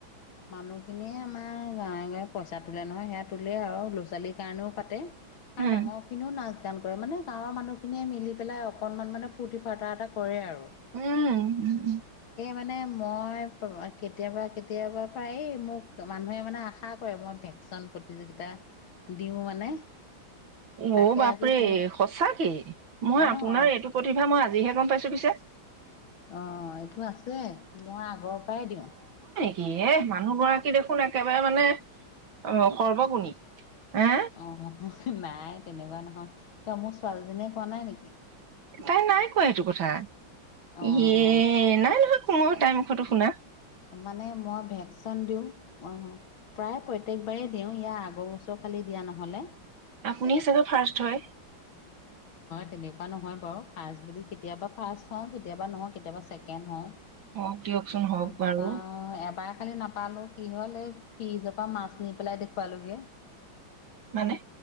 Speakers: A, on the left; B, on the right.
A: মানুহখিনিয়ে আমাৰ গাঁৱে গাঁৱে পইচা তোলে নহয় হেয়া তোলে আৰু ল'-ছালীৰ কাৰণেও পাতে। আ
B: উম
A: ডাঙৰ খিনিও নাজ দান কৰে। মানে গাঁৱৰ মানুহখিনিয়ে মিলি পেলাই অকণমান মানে ফৰ্তি ফাৰ্তা এটা কৰে আউ।
B: উম, উম, উম,
A: মানে মই কেতিয়াবা কেতিয়াবা পৰা এই মোক মানুহে মানে আশা কৰে মই ভেকচন প্ৰতিযোগিতা দিও মানে। তাকে
B: অ বাপৰে
A: আজি কোনো
B: সঁচাকে, মই
A: অ
B: আপোনাৰ
A: আজি
B: এইটো প্ৰতিভা মই আ জিহে গম পাইছো পিছে।
A: অ এইটো আছে, মই আগৰ প্ৰাই দিওঁ।
B: কিয়েহ মানুহ গৰাকী দেখোন একেবাৰে মানে অ সৰ্বগুণী আ
A: অ নাই তেনেকোৱা নহয় কিয় মোৰ ছোৱালীজনীয়ে কোৱা নাই নেকি
B: তাই নাই কোৱা স এইটো কথা
A: অ
B: ইয়ে নাই নহয় ময়ো তাই মুখতো শুনা।
A: মানে মই ভেকচন দিওঁ। অহ, প্ৰায় প্ৰত তেকবাৰেই দিওঁ, ইয়াৰ আগৰ বছৰ খালি দিয়া নহলে।
B: আপুনি চাগে ফাৰ্ষ্ট হয়।
A: তেনেকোৱা নহয় বাৰু ফাৰ্ষ্ট বুলি কেতিয়াবা ফাৰ্ষ্ট হওঁ কেতিয়াবা নহওঁ কেতিয়াবা ছেকেণ্ড হওঁ।
B: অ, দিয়কচোন হওক। বাৰু
A: হেত আউ এবা কালি নাপালো, কি হ'ল এই ফ্ৰিজৰ পৰা মাছ নি পেলাই দেখুৱালোগে।
B: মানে